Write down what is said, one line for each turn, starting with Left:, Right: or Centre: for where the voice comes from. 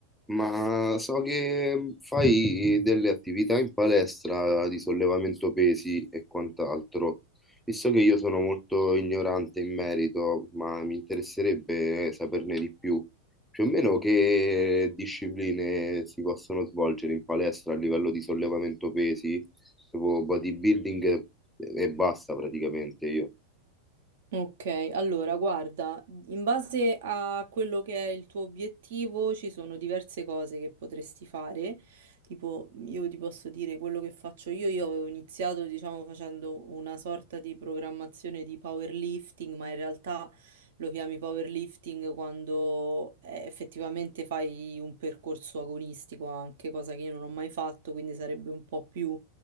Centre: Ma so che fai delle attività in palestra di sollevamento pesi e quant'altro. Visto che io sono molto ignorante in merito, ma mi interesserebbe saperne di più. Più o meno che discipline si possono svolgere in palestra a livello di sollevamento pesi, tipo bodybuilding e basta praticamente io.
Right: Ok, allora guarda, in base a quello che è il tuo obiettivo ci sono diverse cose che potresti fare, tipo io ti posso dire quello che faccio io, io avevo iniziato diciamo facendo una sorta di programmazione di powerlifting, ma in realtà lo chiami powerlifting quando eh, effettivamente fai un percorso agonistico anche, cosa che io non ho mai fatto, quindi sarebbe un po' più